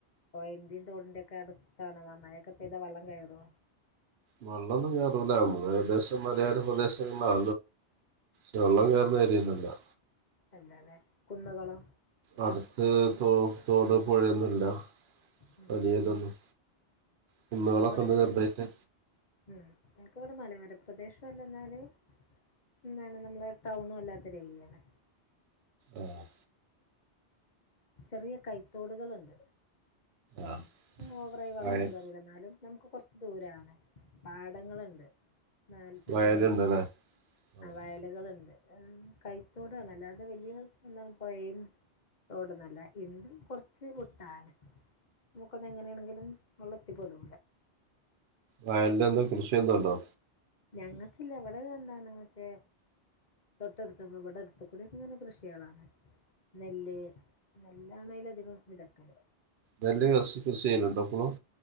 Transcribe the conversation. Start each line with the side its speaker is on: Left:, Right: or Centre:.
Left: പൊയന്റിം തോടിന്റി ഒക്കെ അടുത്താണോ <unintelligible> മയൊക്കെ പെയ്താ വെള്ളം കയറോ
Right: വെള്ളൊന്നും കേറൂല നമ്മള് ഏകദേശം മലയോര പ്രദേശങ്ങ <unintelligible> വെള്ളം കേറ <unintelligible>
Left: എല്ലാലെ കുന്നുകളോ?
Right: അടുത്ത് തോ തോട് പുഴയൊന്നുല്ല
Left: ഉം
Right: വലിയതൊന്നും കുന്നുകളൊക്കെണ്ട്
Left: ഞങ്ങളവിടെ ഇങ്ങനെ
Right: ചെറുതായിട്ട്
Left: ഉം എനക്ക് ഇവിടെ മലയോര പ്രദേശല്ല എന്നാല് എന്നാലും നമ്മളെ ടൗണും അല്ലാത്ത ഒരു ഏരിയാണ്
Right: ആഹ്
Left: ചെറിയ കൈത്തോടുകളുണ്ട്
Right: ആഹ്
Left: ഓവറായി വെള്ളൊന്നും
Right: വയൽ
Left: കേറൂല എന്നാലും നമുക്ക് കൊർച്ച് ദൂരാണ് പാടങ്ങളുണ്ട് നാല് രണ്ട്
Right: വയലുണ്ടല്ലേ
Left: സൈഡ് കൂടി ആ
Right: ആഹ്
Left: വയലുകളുണ്ട് കൈത്തോടാണ് അല്ലാതെ വലിയ എന്താണ് പൊയിം തോട്ന്നല്ല ഇണ്ട് കൊർച്ച് വിട്ടാണ് നമുക്കത് എങ്ങനേണെങ്കിലും വെള്ളം എത്തിപ്പെടൂല
Right: വയൽല്ല് എന്തോ കൃഷി എന്തോണ്ടോ
Left: ഞങ്ങക്കില്ല ഇവിടെതെന്താണ് എന്താണ് മറ്റേ തൊട്ടടുത്ത് <unintelligible> ഇവടെ അടുത്ത്കൂടി ഇങ്ങനെ കൃഷിയാളാണ് നെല്ല് നെല്ലാണയ്ലധികം വിതക്കല്
Right: നെല്ല് കൃഷി കൃഷി ചെയ്യല്ണ്ടോ ഇപ്പളും